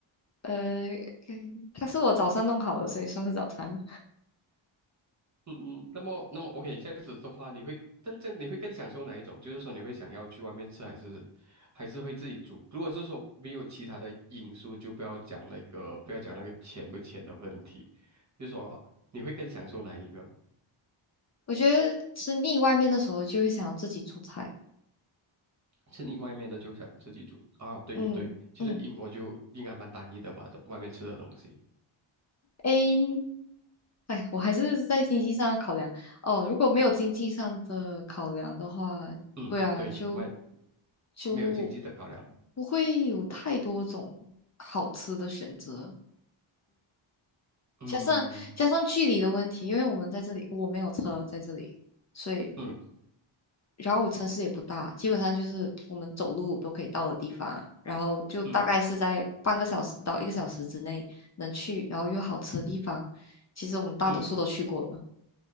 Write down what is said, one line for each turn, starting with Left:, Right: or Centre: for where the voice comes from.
Left: 呃，嗯它是我早上弄好的，所以算是早餐。
Right: 嗯嗯，那么那么 OK，这样子的话，你会真正你会更享受哪一种？就是说你会想要去外面吃，还是还是会自己煮？如果是说没有其他的因素，就不要讲那个不要讲那个钱不钱的问题，就说你会更享受哪一个？
Left: 我觉得吃腻外面的时候，就会想要自己做菜。
Right: 是你外面的就想自己煮啊？对也对，
Left: 嗯嗯
Right: 其实英国就应该蛮单一的吧，都外面吃的东西。
Left: ，A，哎，我还是在经济上的考量。哦，如果没有经济上的考量的话，
Right: 嗯，
Left: 对啊，
Right: 对，
Left: 就
Right: 外
Left: 就
Right: 没有经济的考量。
Left: 不会有太多种好吃的选择。
Right: 嗯
Left: 加上加上距离的问题，因为我们在这里，我没有车在这里，所以
Right: 嗯
Left: 然后我城市也不大，基本上就是我们走路都可以到的地方啊，然后就大概是在半个小时到一个小时之内能去，
Right: 嗯
Left: 然后又好吃的地方，其实我们大多数都去过了。
Right: 嗯